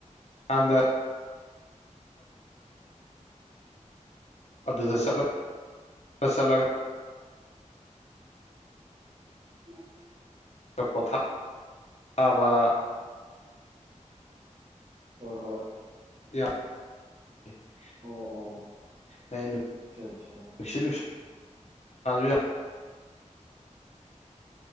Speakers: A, on the left; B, on the right.
A: ꯀꯥꯟꯗ ꯑꯗꯨꯗ <unintelligible> ꯆꯠꯂꯒ
B: ꯎꯝ <unintelligible>
A: ꯄꫭꯊꯥꯕ
B: ꯍꯣꯏ ꯍꯣꯏ
A: ꯌꯥ <unintelligible>
B: ꯑꯣ ꯑꯣ
A: ꯑꯅ <unintelligible>
B: ꯑꯆꯥ ꯑꯆꯥ <unintelligible>
A: ꯁꯤ ꯅꯨꯡꯁ ꯌꯥ <unintelligible>